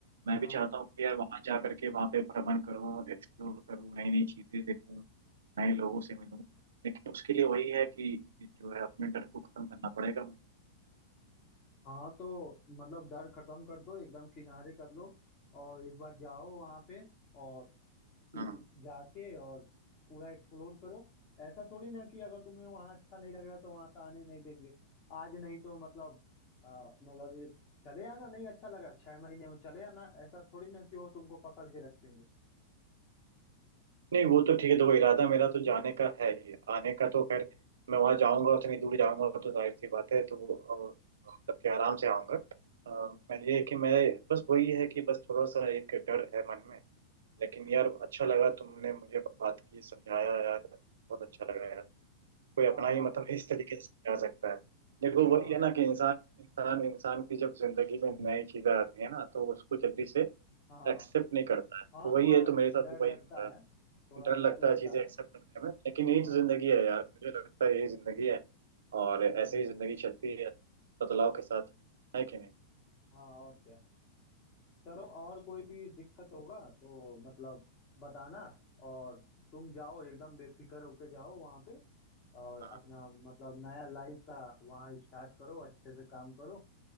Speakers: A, on the right; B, on the left.
A: मैं
B: हाँ
A: भी चाहता हूँ कि यार वहाँ जा करके वहाँ पे भ्रमण करूँ एक्सप्लोर करूँ नई नई चीज़ें देखूँ नए लोगों से मिलूँ लेकिन उसके लिए वही है कि जो है अपने डर को खत्म करना पड़ेगा मुझे
B: हाँ तो मतलब डर खत्म कर दो एकदम किनारे कर लो और एक बार जाओ वहां पे और फिर
A: हाँ
B: जाके और पूरा एक्सप्लोर करो ऐसा थोड़ी ना कि अगर तुम्हें वहाँ अच्छा नहीं लगेगा तो वहां से आने नहीं देंगे आज नहीं तो मतलब आ, मतलब ये चले आना नहीं अच्छा लगा छह महीने में चले आना ऐसा थोड़ी ना कि वो तुमको पकड़ के रखेंगे
A: नहीं वो तो ठीक है देखो इरादा मेरा तो जाने का है ही आने का तो खैर मैं वहां जाऊंगा उतनी दूर जाऊंगा तो जाहिर सी बात है तो अ, मतलब कि आराम से आऊंगा अ, मैं ये है कि मैं बस वही है कि बस थोड़ा सा एक डर है मन में लेकिन यार अच्छा लगा तुमने मुझे बात की समझाया यार बहुत अच्छा लगा यार कोई अपना
B: हाँ
A: ही मतलब इस तरीके से समझा सकता है देखो
B: हाँ
A: वही है ना कि इंसान इंसान इंसान की जब जिंदगी में नई चीजें आती है ना तो उसको जल्दी से
B: हाँ
A: एक्सेप्ट नहीं करता है
B: हाँ
A: तो वही
B: थोड़ा
A: है तो मेरे साथ
B: डर
A: भी वही
B: लगता
A: हो रहा है
B: है थोड़ा
A: डर लगता
B: डर लगता
A: है चीजें
B: है
A: एक्सेप्ट करने में लेकिन यही
B: हाँ
A: तो जिंदगी है यार मुझे लगता है यही जिंदगी है और ऐसे
B: हम्म
A: ही जिंदगी चलती है बदलाव के साथ है कि नहीं
B: हाँ और क्या चलो और कोई भी दिक्कत होगा तो मतलब बताना और तुम जाओ एकदम बेफिक्र होके जाओ वहाँ पे और
A: हाँ
B: अपना मतलब नया लाइफ का वहाँ स्टार्ट करो अच्छे से काम करो